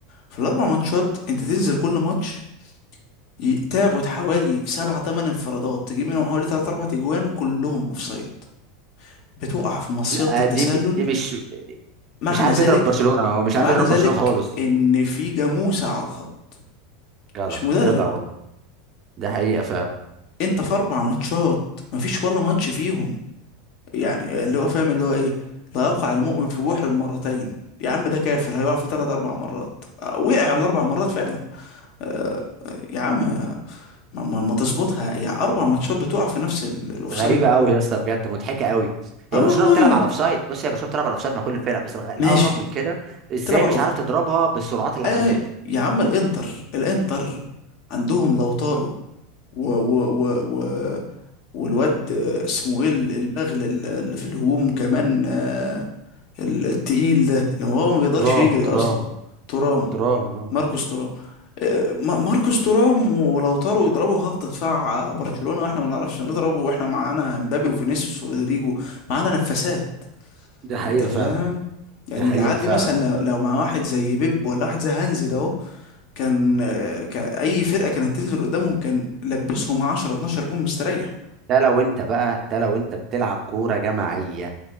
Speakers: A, on the left (about 55°); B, on the right (about 40°).
A: في الاربع ماتشات انت تنزل كل ماتش ي- تاخد حوالي سبعة تمن انفرادات تجيب منهم حوالي تلات أربع تجوان كلهم اوفسايد بتقع في مصيدة
B: لا
A: التسلل
B: دي م- دي مش
A: معنى
B: مش عارف
A: ذلك
B: يضرب برشلونه هو مش
A: معنى
B: عارف يضرب
A: ذلك
B: برشلونه خالص
A: ان في جاموسة على الخط
B: جدع
A: مش مدرب
B: جدع والله ده حقيقه فعلا
A: انت في اربع ماتشات مفيش ولا ماتش فيهم يعني اللي هو فاهم اللي هو ايه لا يقع المؤمن في جحر مرتين يا عم ده كافر هيقع فيه ثلاث اربع مرات آه، وقع الاربع مرات فعلا آه، آه، يا عم آه، ما, ما, ما تظبطها يعني اربع ماتشات بتقع في نفس ال- الاوفسايد
B: غريبه قوي يا اسطى بجد مضحكه قوي
A: اه
B: هي برشلونه
A: والله
B: بتلعب على الاوفسايد بص هي برشلونه بتلعب على الاوفسايد مع كل الفرق بس الغ- الاغرب
A: ماشي
B: من كده ازاي
A: تلعب على
B: مش
A: الاوفسايد
B: عارف تضربها بالسرعات اللي
A: اه
B: عندك دي
A: يا عم الانتر الانتر عندهم لو طاروا و و و والواد آه، اسمه ايه ال- البغل ال- اللي في الهجوم كمان آه، ال- التقيل ده اللي هو ما بيقدرش
B: ترام
A: يجري
B: ترام
A: اصلا ترام
B: ترام اه
A: ماركوس ترام آه، ما- ماركوس ترام ولو طاروا يضربوا خط دفاع آه، برشلونة واحنا ما نعرفش نضربه واحنا معانا مبابي وفينيسيوس ورودريجو معانا نفسات
B: دي حقيقه
A: انت فاهم
B: فعلا
A: يعني
B: دي حقيقه
A: العيال
B: فعلا
A: دي مثلا لو لو مع واحد زي بيب ولا واحد زي هانز ده اهو كان آه، كان اي فرقة كانت تنزل قدامهم كان لبسهم 10 12 جون مستريح
B: ده لو انت بقى ده لو انت بتلعب كورة جماعية